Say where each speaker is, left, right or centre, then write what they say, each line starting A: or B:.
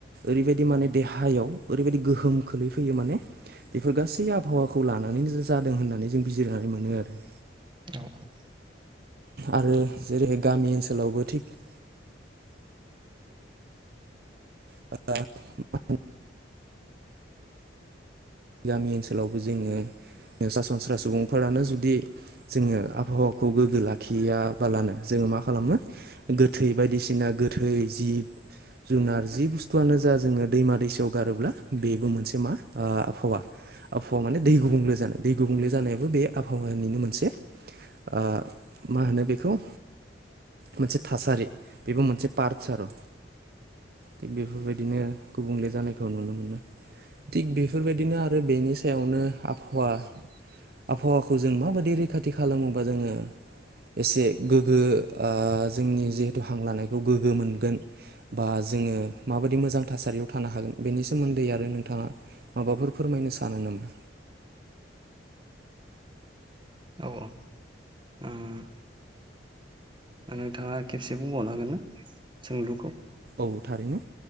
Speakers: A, on the right; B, on the right.
A: ओरैबायदि माने देहायाव ओरैबायदि गोहोम खोलैफैयो माने बेफोर गासै आबहावाखौ लानानैनो जादों होननानै जों बिजिरनानै मोनो आरो
B: <unintelligible>
A: आरो जेरैहाय गामि ओनसोलावबो थिग ओ मा गामि ओनसोलावबो जोङो एसा सनस्रा सुबुंफोरानो जुदि जोङो आबहावाखौ गोग्गो लाखियैया बालानो जोङो मा खालामो गोथै बायदिसिना गोथै जिब जुनार जि बुस्थुआनो जा जोङो दैमा दैसायाव गारोब्ला बेबो मोनसे मा ओ आबहावा आबहावा माने दै गुबुंले जानाय दै गुबुंले जानायाबो बे आबहावानिनो मोनसे ओ मा होनो बेखौ मोनसे थासारि बेबो मोनसे पार्टस आरो थिग बेफोरबायदिनो बिदिनो गुबुंले जानायखौ नुनो मोनो थि बे बेफोरबायदिनो आरो बेनि सायावनो आबहावा आबहावाखौ जों माबायदि रैखाथि खालामोबा जोङो एसे गोग्गो ओ जोंनि जिहेथु हां लानायखौ गोग्गो मोनगोन बा जोङो माबायदि मोजां थासारियाव थानो हागोन बेनि सोमोन्दै आरो नोंथाङा माबाफोर फोरमायनो सानो नामा
B: औ औ उम। नोंथाङा खेबसे बुंबावनो हागोन ना सोंलुखौ।
A: औ थारैनो